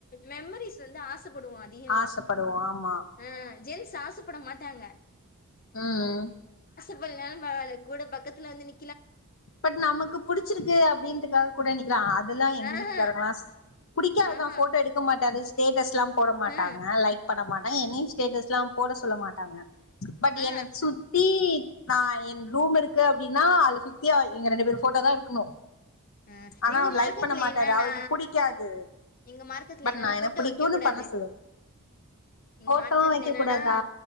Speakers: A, on the left; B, on the left.
A: மெமரிஸ் வந்து ஆச ப்படுவோ அதிகமா
B: ஆசப்படுவோ ஆமா
A: ஆ ஜென்ஸ் ஆசப்பட மாட்டாங்க
B: ம்
A: <unintelligible> பரவால கூட பக்கத்துல வந்து நி
B: பட் நமக்கு புடிச்சிருக்கு அப்டின்றதுக்காக கூட நிக்கலா அதெல்லா எங்க
A: ஆஹா
B: வீட்டுக்காரங்களா புடிக்கதுதா
A: ஆஹா
B: ஃபோட்டோ எடுக்க மாட்டாரு ஸ்டேட்டஸ் எல்லா போட மாட்டாங்க
A: ஆ
B: லைக் பண்ண மாட்டாங்க என்னையு ஸ்டேட்டஸ் எல்லா போட சொல்ல மாட்டாங்க பட்
A: ஆ
B: என் சுத்தி நா எ ரூம் இருக்கு அப்டின்னா அதல சுத் தியா எங்க ரெண்டு பேர் ஃபோட்டோ தா இருக்கணு
A: அ
B: ஆனா
A: எங்க
B: அவர்
A: மார்க்கத்துல
B: லைக் பண்ண மாட்டாரு
A: என்னன்னா
B: அவருக்கு புடிக்காது
A: எங்க மார்க்கதுல
B: பட்
A: என்னன்னா
B: நா எனக்கு
A: ஃபோட்டோ
B: புடிக்கும்னு
A: வெக்க கூடாது
B: பண்ண சொல்லுவ
A: எங்க
B: போட்டோவு
A: மாட்டுக்கத்துல
B: வைக்க
A: என்னன்னா
B: கூடாதா